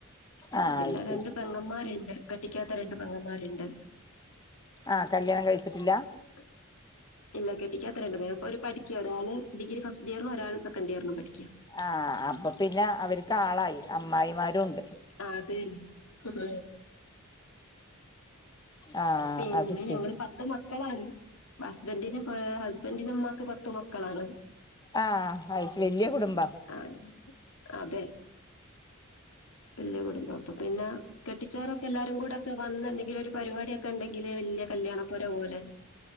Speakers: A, on the left; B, on the left.
A: ആ
B: ആഹ്
A: പിന്നെ
B: അത് ശരി
A: രണ്ട് പെങ്ങമാരണ്ട്. കെട്ടിക്ക്യാത്ത രണ്ട് പങ്ങന്മാര്ണ്ട്.
B: ആഹ് കല്യാണം കഴിച്ചിട്ടില്ല.
A: <inaudible> ഇല്ല കെട്ടിക്കാത്ത രണ്ട് പേർ പ്പൊര് പഠിക്ക്യ, ഒരാള് ഡിഗ്രി ഫസ്റ്റ് ഇയറും ഒരാൾ സെക്കൻ്റിയറിനും പഠിക്ക്യ.
B: ആഹ് അപ്പ പിന്നെ അവര്ക്കാ ളായി അമ്മായിമാരും ഉണ്ട്.
A: ആ തെ ഹ.
B: ആഹ്
A: പിന്നെ
B: അത് ശരി
A: ഞമ്മള് പ ത്ത് മക്കളാണ്. ഹസ്ബൻ്റിന് ആ ഹസ്ബൻ്റിനുമ്മാക്ക് പത്തു മക്കളാണ്.
B: ആഹ് ആ വല്യ കുടുംബാ.
A: ആ അതെ. വല്ല്യ കുടുംബം അപ്പൊ പിന്നെ കെട്ടിച്ചോരൊക്കെ എല്ലാരും കൂടെക്കെ വന്ന് എന്തെങ്കിലൊരു പരിപാട്യക്കെ ണ്ടെങ്കില് വല്ല്യ കല്യാണപ്പൊര പോലെ.